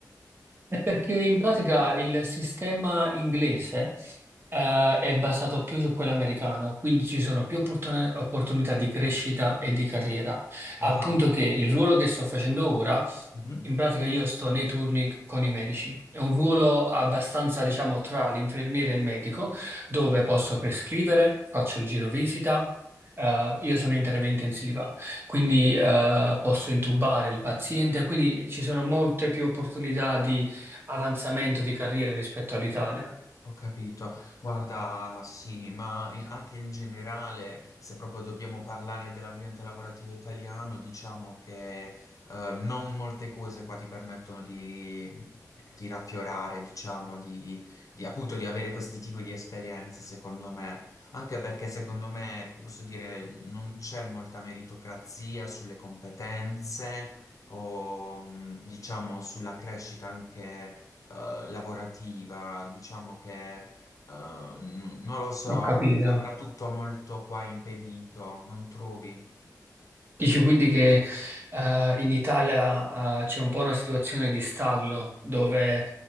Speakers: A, on the right (about 35°); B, on the left (about 55°).
A: è perché in pratica il sistema inglese eh, è basato più su quello americano, quindi ci sono più opportun- opportunità di crescita e di carriera,
B: Ah,
A: al punto che il ruolo che sto facendo ora
B: mhm.
A: in pratica io sto nei turni con i medici. È un ruolo abbastanza, diciamo, tra l'infermiere e il medico, dove posso prescrivere, faccio il giro visita. eh, io sono in terapia intensiva, quindi eh, posso intubare il paziente, quindi ci sono molte più opportunità di avanzamento di carriera rispetto all'Italia.
B: Ho capito, guarda, sì, ma i- anche in generale, se proprio dobbiamo parlare dell'ambiente lavorativo italiano, diciamo che eh, non molte cose qua ti permettono di, di raffiorare, diciamo, di, di- appunto di avere questi tipi di esperienze, secondo me. Anche perché secondo me, posso dire, non c'è molta meritocrazia sulle competenze o, diciamo, sulla crescita anche eh, lavorativa, diciamo che eh, n- non lo so,
A: Ho capito.
B: No. mi sembra tutto molto qua impedito, non trovi?
A: Dici quindi che eh, in Italia eh, c'è un po' una situazione di stallo dove eh,